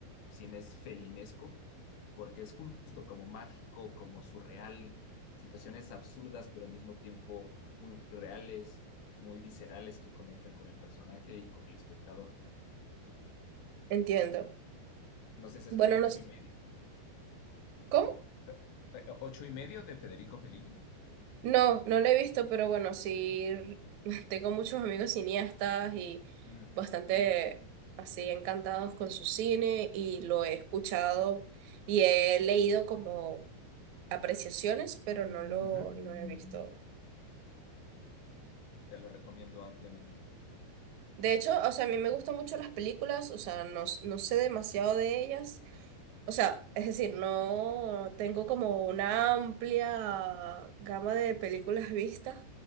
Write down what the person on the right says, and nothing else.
Entiendo.
Bueno,
no,
s-
¿cómo?
No, no la he visto, pero bueno, sí, r- <laughs> tengo muchos amigos cineastas y
bastante así encantados con su cine y lo he escuchado y he leído como apreciaciones, pero no lo,
no he visto.
De hecho, o sea, a mí me gustan mucho las películas, o sea, no, s- no sé demasiado de ellas. O sea, es decir, no tengo como una amplia gama de películas vistas,